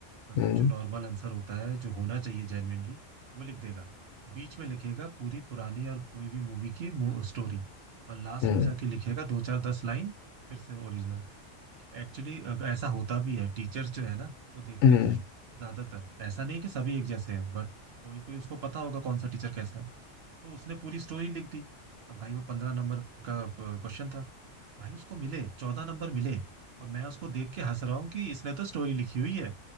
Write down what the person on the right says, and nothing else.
मतलब
जो नॉर्मल आंसर होता है जो होना चाहिए जेन्युइनली वो लिख देगा बीच में लिखेगा पूरी पुरानी और कोई भी मूवी की स्टोरी और लास्ट
में जाके लिखेगा दो चार दस लाइन फिर से ओरिजिनल एक्चुअली ऐसा होता भी है टीचर्स जो है ना तो देखते
नहीं है ज्यादातर ऐसा नहीं है कि सभी एक जैसे हैं बट कोई कोई उसको पता होगा कौन सा टीचर कैसा है तो उसने पूरी स्टोरी लिख दी अब भाई वो पंद्रह नंबर का क्वेश्चन था भाई उसको मिले चौदह नंबर मिले और मैं उसको देख के हंस रहा हूँ कि इसने तो स्टोरी लिखी हुई है